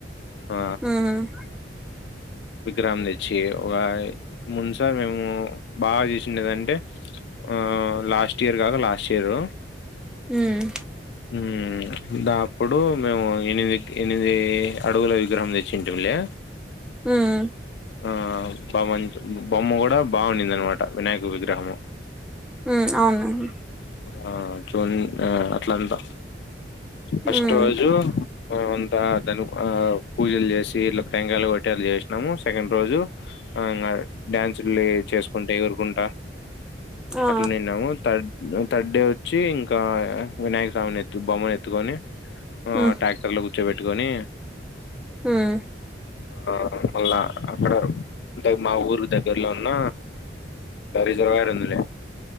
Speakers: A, on the left (about 60°); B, in the centre.
A: ఆ
B: మ్మ్
A: విగ్రహం తెచ్చి ఒక ముందుసారి మేము బాగా జేసుండేదంటే ఆ లాస్ట్ ఇయర్ గాకా లాస్ట్ ఇయరు
B: హుహ్
A: ఉమ్ దా అప్పుడు మేము ఎనిమిది ఎనిమిది అడుగుల విగ్రహం తెచ్చింటింళ్ళే
B: ఉమ్
A: ఆ బవం బొమ్మ కూడా బాగుండింది అన్మాట వినాయకుని విగ్రహము
B: ఉ ఔను
A: ఆ జూన్ అ అట్లంటా ఫస్ట్
B: మ్మ్
A: రోజు ఆ అంతా దాని ఆ పూజలు చేసి ఇట్లా టంగాయలు కొట్టి అలా చేస్నాము సెకండ్ రోజు ఆ నా డ్యాన్సుల్లే చేస్కుంటే ఎగురుకుంటా
B: ఆ
A: అట్లా నిన్నాము థడ్ థర్డ్ డే ఒచ్చి ఇంకా వినాయక స్వామిని తు బొమ్మ నీ ఎత్తుకొని ఆ
B: మ్మ్
A: ట్రాక్టర్ లో కూర్చో బెట్టుకొని
B: మ్మ్
A: ఆ మళ్ళా అక్కడ ఇంక మా ఊరు దగ్గర్లో ఉన్న రిజర్వాయర్ ఉందిలే